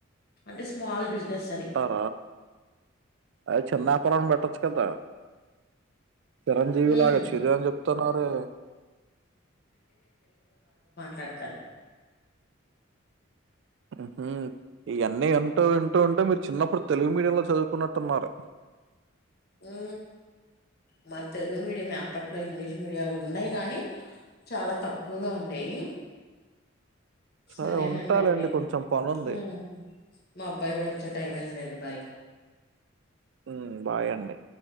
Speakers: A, on the left; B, on the right.
A: అంటే స్మాల్ బిజినెస్ అని
B: ఆ అ చిన్యాపారం బెట్ట తెచ్చుకుంట చిరంజీవిలాగా
A: హ్మ్
B: చిరు అని చెప్తున్నారే.
A: సరితన
B: ఉహు ఇవన్నీ ఎంటూ వింటూ ఉంటె మీరు చిన్నప్పుడు తెలుగు మీడియం లో చదువుకున్నట్టున్నారు.
A: ఊ మా తెలుగు మీడియంఎ అప్పట్లో ఇంగ్లీష్ మీడియాలు ఉన్నాయి కానీ చాలా తక్కువగా ఉండేయి
B: సరే
A: సరేనండి
B: ఉంటాలేండి
A: అయితే
B: కొంచెం పనుంది
A: ఊ మా అబ్బాయి కూడా వచ్చే టైం అయిందండి. బాయ్
B: మ్మ్ బాయ్ అండి